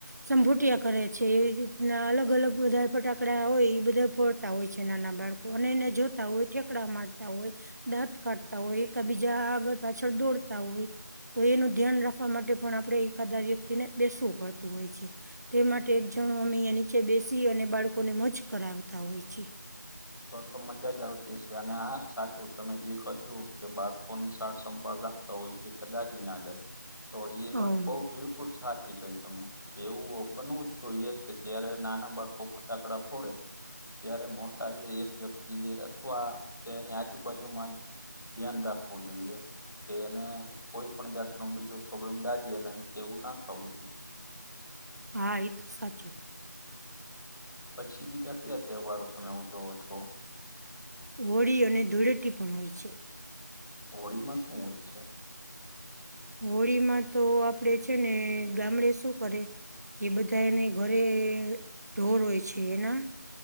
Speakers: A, on the right (about 60°); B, on the left (about 80°).
A: સંભૂટિયા કરે છે, એ રીતના અલગ અલગ બધા ફટાકડા હોય એ બધા ફોડતા હોય છે, નાના બાળકો એને જોતા હોય ઠેકડા મારતા હોય. દાંત કાઢતા હોય એક બીજા આગળ પાછળ દોડતા હોય તો એનું ધ્યાન રાખવા માટે પણ આપણે એકાદા વ્યક્તિને બેસવું પડતું હોય છે. તે માટે એક જણું અમે અહીંયા નીચે બેસી અને બાળકોને મોજ કરાવતા હોય છીએ.
B: તો તો મજા જ આવતી હશે અને હા સાચું તમે જે કહ્યું કે બાળકોની સાળ સંભાળ રા ખતા હોય છે, કે દાજી ના જાય તો એ વાત
A: અમ,
B: બઉ બિલકુલ સાચી કઈ તમે. એવું બનવું જ જોઈએ કે જયારે નાના બાળકો ફટાકડા ફોડે ત્યારે મો ટા એક વ્યક્તિ જે અથવા તેની આજુબાજુમાં ધ્યાન રાખવું જોઈએ. કે એને કોઈ પણ જાત નો બીજો પ્રોબ્લેમ દાજી નહી એવું ના થવું જોઈએ
A: હા એ તો સાચું.
B: પછી બીજા કયા તહેવારો તમે ઉજવો છો?
A: હોળી અને ધૂળેટી પણ હોય છે.
B: હોળીમાં શું હોય છે?
A: હોળીમાં તો આપડે છે ને ગામડે શું કરે કે બધા એને ઘરે ઢોર હોય છે, એના